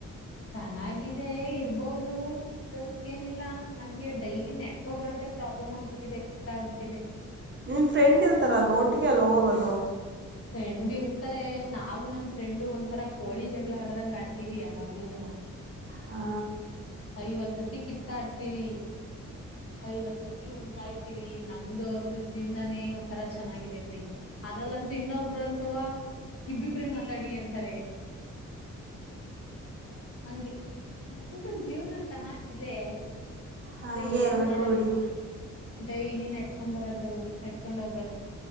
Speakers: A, on the left; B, on the right.
A: ಚೆನ್ನಾಗಿದೆ ಇರ್ಬೋದು ಇರೋದುಕ್ಕೇನಿಲ್ಲ ನಮ್ಗೆ ಡೈಲಿ ನೆಡ್ಕೋ ಬರೋದೆ ಪ್ರಾಬ್ಲಮ್ ಆಗ್ಬಿಟ್ಟಿದೆ ಕಷ್ಟ ಆಗ್ಬಿಟ್ಟಿದೆ.
B: ನಿಮ್ ಫ್ರೆಂಡ್ ಇರ್ತಾರಲ್ವಾ ಒಟ್ಟಿಗೆ ಅಲ್ಲ ಹೋಗೋದು.
A: ಫ್ರೆಂಡ್ ಇರ್ತಾರೆ ನಾವು ನಮ್ ಫ್ರೆಂಡ್ ಒಂಥರ ಕೋಳಿ ಜಗಳ ಆಡ್ದಂಗ ಆಡ್ತಿವಿ ಯಾವಾಗ್ಲೂನುವ
B: ಹಾ
A: ಐವತ್ ಸತಿ ಕಿತ್ತಾಡ್ತೀವಿ ಐವತ್ ಸತಿ ಒಂದಾಯ್ ತಿವಿ ನಮ್ದ ಅವ್ರದು ಜೀವನನೇ ಒಂತರ ಚೆನ್ನಾಗಿದೆ ಬಿಡಿ. ಅದ್ರಲ್ಲಂತೂ ಇನ್ನೊಬ್ರಂತೂ ಇಬ್ಬಿಬ್ರೇ ಮಾತಾಡಿ ಅಂತಾರೆ ಹಂಗೆ ನಮ್ ಜೀವನ ಚೆನ್ನಾಗಿದೆ
B: ಹಾಗೆ
A: ಅದೆ ಏನ್
B: ಇರಬೇಕು
A: ಮಾಡದು.
B: ಬಿಡಿ
A: ಡೈಲಿ ನಡ್ಕೊಂಡ್ ಬರದು ನೆಡ್ಕೊಂಡ್ ಹೋಗೋದು